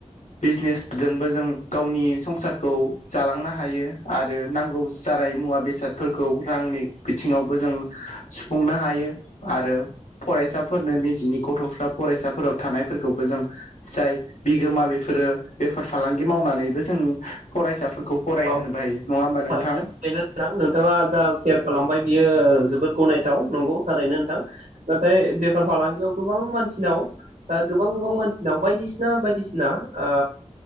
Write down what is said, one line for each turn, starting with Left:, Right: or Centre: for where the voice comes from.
Left: बिजनेसजोंबो जों गावनि संसारखौ जालांनो हायो आरो नांगौ जानाय मुवा बेसादफोरखौ रांनि बिथिङावबो जों सुफुंनो हायो आरो फरायसाफोरनो निजिनि गथ'फ्रा फरायसाफोराव थानायफोरखौबो जों जाय बिगोमा बेफोरो बेफार फालांगि मावनानैबो जों फराय फोर खौ फराय
Right: औ
Left: होनोबो हायो नङा होमबा नोंथां
Right: थारैनो <unintelligible> नोंथाङा जा सेयार खालामबाय बियो जोबोद गनायथाव नंगौ थारैनो नोंथां ओमफाय बेफार फालांगियाव गोबां मानसिनाव ओ गोबां गोबां मानसिनाव बायदिसिना बायदिसिना ओ